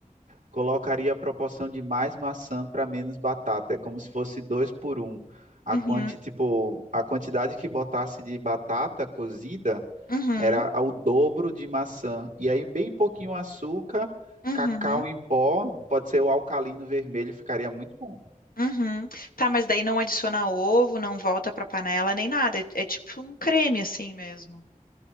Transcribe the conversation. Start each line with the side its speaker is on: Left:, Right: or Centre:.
Right: Colocaria a proporção de mais maçã para menos batata. É como se fosse dois por um. A
Left: Uhum,
Right: quanti, tipo, a quantidade que botasse de batata cozida
Left: uhum,
Right: era ao dobro de maçã. E aí, bem pouquinho açúcar,
Left: uhum,
Right: cacau em pó, pode ser o alcalino vermelho, ficaria muito bom.
Left: Uhum. Tá, mas daí não adiciona ovo, não volta pra panela nem nada. É, é tipo um creme assim mesmo.